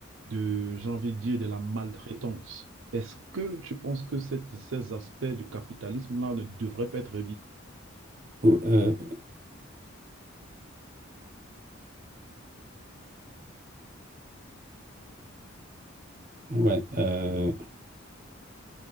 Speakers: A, on the right (about 65°); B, on the right (about 40°).
A: de, j'ai envie de dire, de la maltraitance. Est-ce que tu penses que cette- ces aspects du capitalisme-là ne devraient pas être révisés?
B: euh, ouais, euh,